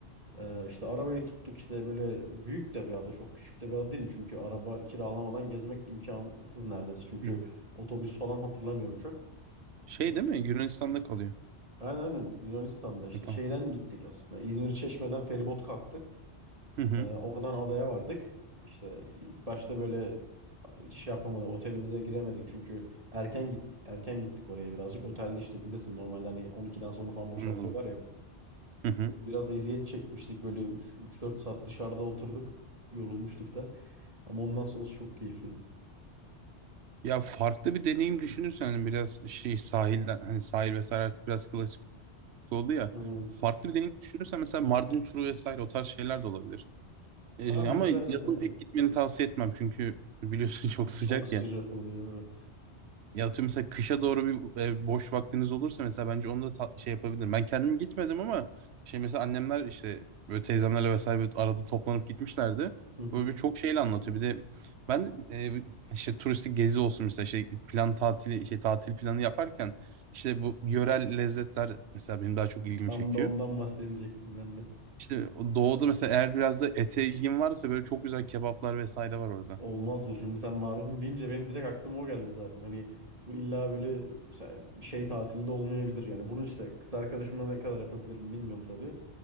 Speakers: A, on the right (about 30°); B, on the right (about 70°).
A: Ee, işte arabayı tuttuk işte böyle büyük de bir ada çok küçük de bir ada değil çünkü araba kiralamadan gezmek imkansız neredeyse çünkü
B: Hı.
A: otobüs falan hatırlamıyorum çok.
B: Şey
A: Git-
B: değil mi? Yunanistan'da kalıyor.
A: Aynen aynen Yunanistan'da işte
B: Hı, Tamam.
A: şeyden gittik aslında İzmir Çeşme'den feribot kalktı.
B: Hı hı.
A: Ee, oradan adaya vardık. İşte ilk başta böyle şey yapamadık otelimize giremedik çünkü erken git erken gittik oraya birazcık. Otelde işte bilirsin normalde hani 12'den sonra falan boşaltıyorlar
B: Anladım.
A: ya.
B: Hı hı.
A: Böyle Biraz eziyet çekmiştik böyle 3 3-4 saat dışarıda oturduk. Yorulmuştuk da. Ama ondan sonrası çok keyifliydi.
B: Ya farklı bir deneyim düşünürsen hani biraz şey sahilden hani sahil vesaire artık biraz klasik oldu ya.
A: Aynen.
B: Farklı bir deneyim düşünürsen mesela Mardin turu vesaire o tarz şeyler de olabilir. Ee,
A: Ha mesela
B: ama
A: evet
B: yazın
A: aynen.
B: pek gitmeni tavsiye etmem çünkü biliyorsun <laughs> çok sıcak
A: Çok sıcak
B: ya.
A: oluyor evet.
B: Ya atıyorum mesela kışa doğru bir e, boş vaktiniz olursa mesela bence onu da ta- şey yapabilirim. Ben kendim gitmedim ama şey mesela annemler işte böyle teyzemlerle vesaire böyle arada toplanıp gitmişlerdi.
A: Hı hı.
B: Böyle bir çok şeyle anlatıyor. Bir de ben e, işte turistik gezi olsun mesela şey plan tatili şey tatil planı yaparken işte bu yörel lezzetler mesela benim daha çok ilgimi
A: Tam
B: çekiyor.
A: da ondan bahsedecektim ben de.
B: İşte o doğuda mesela eğer biraz da ete ilgin varsa böyle çok güzel kebaplar vesaire var orada.
A: Olmaz bu. Şimdi sen Mardin deyince benim direkt aklıma o geldi zaten. Hani bu illa böyle mesela şey tatilde olmayabilir yani. Bunu işte kız arkadaşımla ne kadar yapabilirim bilmiyorum tabii.